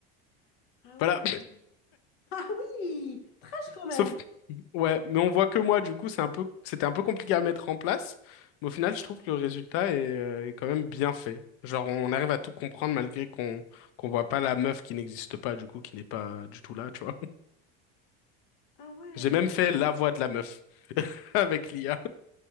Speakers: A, on the left; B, on the left.
A: Ah
B: Voilà.
A: ouais. Ah oui, trash quand même.
B: Sauf, ouais, mais on voit que moi, du coup, c'est un peu, c'était un peu compliqué à mettre en place, mais au final, je trouve que le résultat est, euh, est quand même bien fait. Genre, on arrive à tout comprendre malgré qu'on qu'on voit pas la meuf qui n'existe pas, du coup, qui n'est pas du tout là, tu vois.
A: Ah
B: <laughs>
A: ouais.
B: J'ai même fait la voix de la meuf <laughs> avec l'IA.